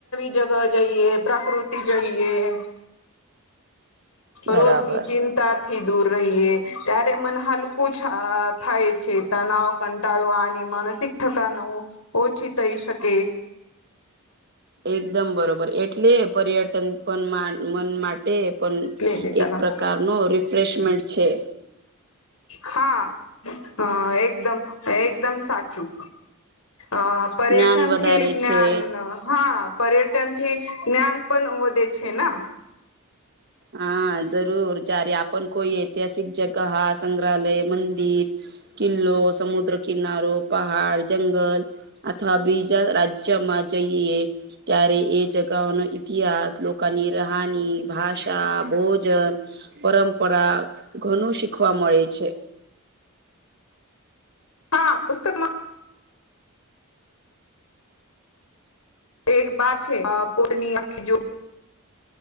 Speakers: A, on the left; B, on the right.
A: જગ જઈએ, પ્રાકૃતિ જઈએ.
B: બરાબર.
A: રોજની ચિંતા થી દૂર રહીએ, ત્યારે મન હલકું થાય છે. તનાવ કંટાળવાની માનસિક થકાન ઓછી થઈ શકે.
B: એકદમ બરોબર. એટલે પર્યટન પણ મન માટે પણ
A: લે દે તલા
B: એક પ્રકારનો રિફ્રેશમેન્ટ છે.
A: હા હ એકદમ એકદમ સાચું. અ પર્યટનથી
B: જ્ઞાન વધારે
A: જ્ઞાન
B: છે
A: હા પર્યટનથી જ્ઞાન પણ વધે છે ના?
B: હા જરૂર. જ્યારે આપણ કોઈ ઐતિહાસિક જગહા, સંગ્રહાલય, મંદિર. કિલ્લો, સમુદ્ર કિનારો, પહાડ, જંગલ. અથવા બીજા રાજ્યમાં જઈએ ત્યારે એ જગઓનો ઈતિહાસ લોકોની રાહાની ભાષા ભોજન પરંપરા ઘણું શીખવા મળે છે.
A: હા પુસ્તકમાં એક બા છે પોતની આખી જો